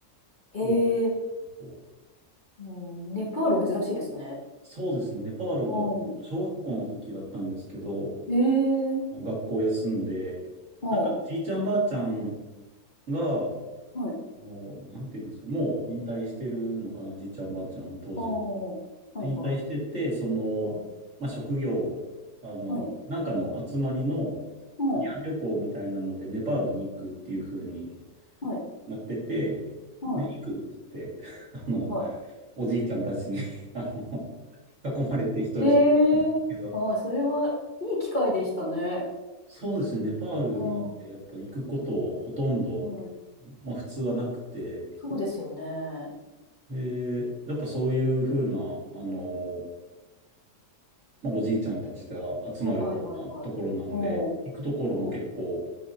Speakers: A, on the left (about 35°); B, on the right (about 50°).
A: う。
B: 多
A: へえ、
B: く
A: うん、ネパール珍しいですね。
B: そうですね。ネパールが小学校の時だったんですけど、
A: うん。ええ
B: 学校休んで、
A: ほ
B: なんかじいちゃんばあちゃんが、あ
A: う。はい
B: の、なんていうんですか、もう引退してるのかな、じいちゃんばあちゃん当時は。
A: ああ、は
B: で引退してて、
A: いはい。
B: その、
A: はい、
B: まあ、職業、あの、
A: はい、
B: なんかの集まりの
A: うん、
B: 慰安旅行みたいなので、ネパールに行くっていう風に
A: はい、
B: なってて、
A: はい、
B: で、行くって言って、<laughs> あの、
A: はい、は
B: おじいちゃんたちに <laughs>、あの、囲まれて一人、
A: い。ええーああそれはいい機会でしたね。
B: けど、そうですね、ネパールなんてやっぱ行くことほとんど、
A: うん、はい。
B: まあ普通はなくて、
A: そうですよね。うん
B: で、やっぱそういうふうな、あの、まあおじいちゃんたちが集まるようなところなんで、
A: はい、はい、はい、はい。うん、
B: 行くところも結構、
A: うん、